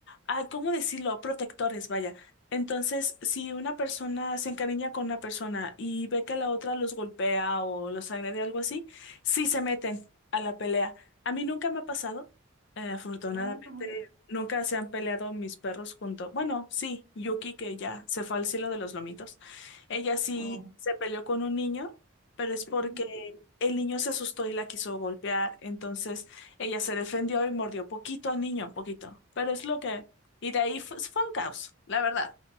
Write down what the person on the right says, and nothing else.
<laughs> Ujú.
Oh,
ujú,